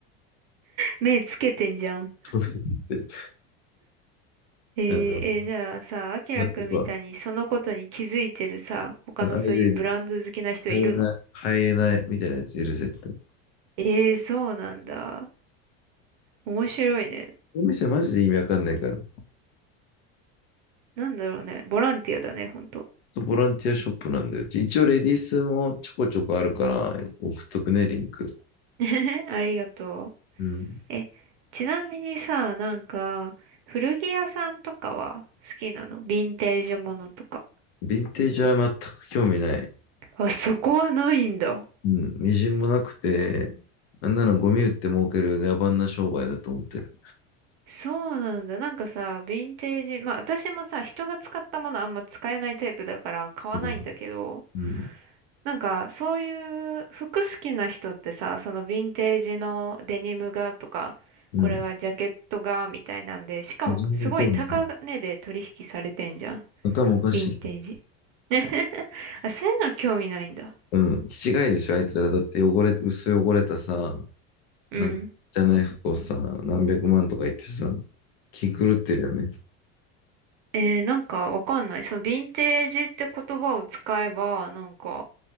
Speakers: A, on the right; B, on the left.
A: 目つけてんじゃん。
B: 飛びに行ってる、
A: えー、
B: あの、
A: えーじゃあさ、あきらくんみたいにそのことに気づいてるさ、
B: なんとか、
A: 他のそういうブランド好きな人いるの
B: アイレル、ハイエナ、ハイエナみたいなやついる、絶対。
A: えー、そうなんだ。面白いね。
B: お店マジで意味わかんないから。
A: なんだろうね。ボランティアだね、ほんと。
B: そうボランティアショップなんだよ。一応レディースもちょこちょこあるから、送っとくね、リンク。
A: <laughs> ありがとう。
B: うん。
A: え、ちなみにさ、なんか、古着屋さんとかは好きなのヴィンテージものとか。
B: ヴィンテージは全く興味ない。
A: あ、そこはないんだ。
B: うん。みじんもなくて、あんなのゴミ売って儲ける野蛮な商売だと思ってる。
A: そうなんだ。なんかさ、ヴィンテージ、まあ私もさ、人が使ったものあんま使えないタイプだから買わないんだけど、
B: うん。うん
A: なんかそういう服好きな人ってさ、そのヴィンテージのデニムがとか、
B: うん。
A: これはジャケットがみたいなんで、しかもすごい高値で取引されてんじゃん。
B: 人類教育頭おかしい。
A: ヴィンテージ。<laughs> あ、そういうのは興味ないんだ。
B: うん。気違いでしょ、あいつら。だって汚れ、薄汚れたさ、
A: うん。
B: なんかじゃない服をさ、何百万とか言ってさ、気狂ってるよね。
A: えー、なんかわかんない。そのヴィンテージって言葉を使えば、なんか、